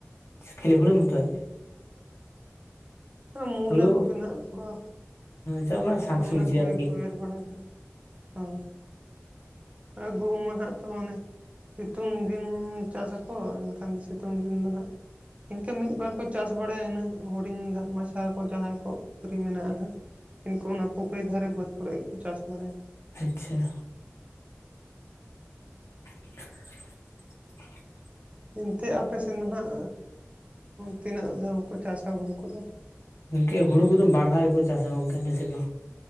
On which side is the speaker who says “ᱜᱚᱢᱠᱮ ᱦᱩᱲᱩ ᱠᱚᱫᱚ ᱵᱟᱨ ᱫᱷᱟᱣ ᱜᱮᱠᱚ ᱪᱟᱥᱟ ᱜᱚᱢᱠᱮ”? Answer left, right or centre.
Left